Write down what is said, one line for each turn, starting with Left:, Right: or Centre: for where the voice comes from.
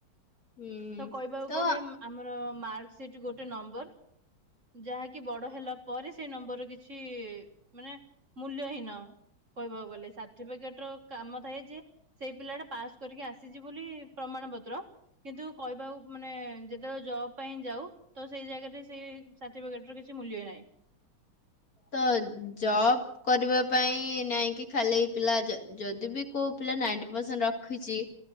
Left: ଉଁ
Right: ତ କହିବାକୁ
Left: ତ
Right: ଗଲେ ମା ଆମର ମାର୍କ ସିଟ ଗୋଟେ ନମ୍ବର ଯାହାକି ବଡ ହେଲା ପରେ ସେଇ ନମ୍ବର କିଛି ମାନେ ମୂଲ୍ୟ ହିଁନ। କହିବାକୁ ଗଲେ ସାର୍ଟିଫିକେଟ ର କାମ ଥାଏ ଯେ ସେଇ ପିଲାଟା ପାସ କରିକି ଆସିଛି ବୋଲି ପ୍ରମାଣ ପତ୍ର। କିନ୍ତୁ କହିବାକୁ ମାନେ ଯେତେବେଳେ ଜବ ପାଇଁ ଯାଉ ତ ସେଇ ଜାଗାରେ ସେଇ ସାର୍ଟିଫିକେଟର କିଛି ମୂଲ୍ୟ ନାହିଁ।
Left: ତ ଜବ୍। କରିବା ପାଇଁ ନାଇଁକି ଖାଲି ପିଲା ଯଦି ବି କୋଉ ପିଲା ନାଇଣ୍ଟି ପରସେଣ୍ଟ ରଖିଛି।